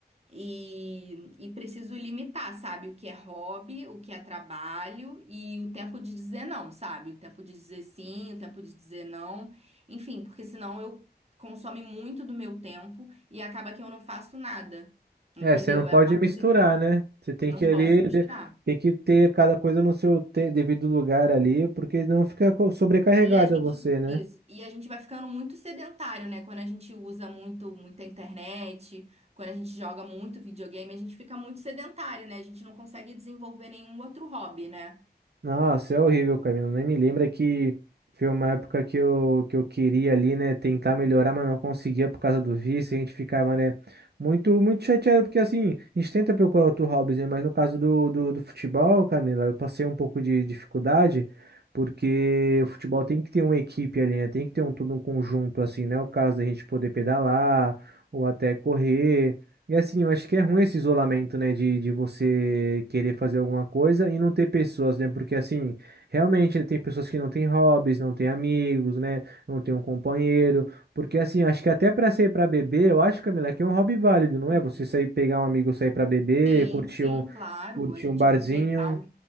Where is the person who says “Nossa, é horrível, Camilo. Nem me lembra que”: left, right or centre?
Right